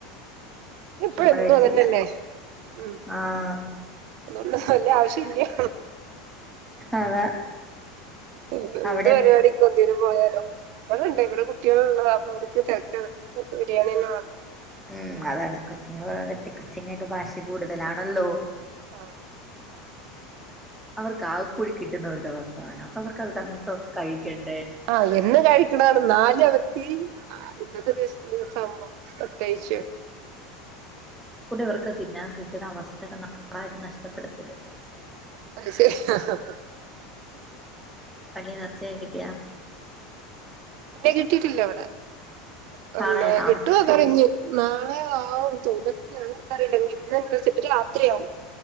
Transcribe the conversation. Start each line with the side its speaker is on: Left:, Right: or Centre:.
Right: ഇപ്പ
Centre: നമ്മള്
Right: എന്നും
Centre: വെച്ചില്ല
Right: അതു തന്നെയല്ലേ ഉം
Centre: ആഹ്
Right: അതുകൊണ്ട് വലിയ ആവശ്യം ഇല്ലാ
Centre: അതാ
Right: എന്ത്
Centre: അവിടെ
Right: പരിപാടിക്ക് എന്തിനു പോയാലും ഇവിടെണ്ട് ഇവിടെ കുട്ടികള ഉള്ള അപ്പ അവർക്ക് തിരക്കാണ് ഒര്ക്ക് ബിരിയാണി തന്നെ വേണം
Centre: ഉം അതാണ് കൊച്ചിങ്ങ വളത്തി കൊച്ചിങ്ങ ഒക്കെ ഭാഷ കൂടുതലാണല്ലോ
Right: ആഹ്
Centre: അവർക്ക് ആകക്കൂടി കിട്ടുന്ന ഒരു ദിവസമാണ് അവർക്കത് തരന്നത്തൊക്കെ കഴിക്കണ്ടേ
Right: ആഹ് എന്നും കഴിക്ക്ണതാണ് എന്നാലും അവർക്ക് ഇന്നത്തെ ദിവസാവുമ്പോ പ്രത്യേകിച്ചും
Centre: ഫുഡ് ഇവർക്ക് തിന്നാൻ കിട്ടുന്ന അവസരം നന്നായിട്ട് നഷ്ടപ്പെടുത്തല്ലേ
Right: <unintelligible>
Centre: പള്ളിന്ന് എറച്ചി ഒക്കെ കിട്ടിയാ
Right: പിന്നെ കിട്ടിട്ടില്ല ഇവടെ പിന്നെ
Centre: നാളെയാണോ
Right: കിട്ടും പറഞ്ഞു നാളെ ആവും തോതക്കെ ക്കറിയില്ല ഇന്ന്ന വെച്ചിട്ട് രാത്രിയാവും.